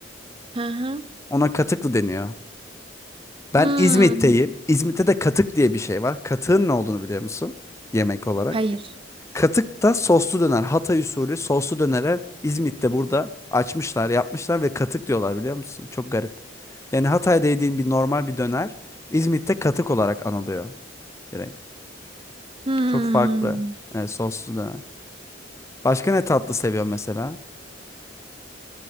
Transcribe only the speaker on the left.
Ona katıklı deniyor. Ben
İzmit'teyim. İzmit'te de katık diye bir şey var. Katığın ne olduğunu biliyor musun? Yemek olarak.
Katık da soslu döner. Hatay usulü soslu dönere İzmit'te burada açmışlar, yapmışlar ve katık diyorlar biliyor musun? Çok garip. Yani Hatay'da yediğin bir normal bir döner İzmit'te katık olarak anılıyor direkt.
Çok farklı e, soslu döner. Başka ne tatlı seviyorsun mesela?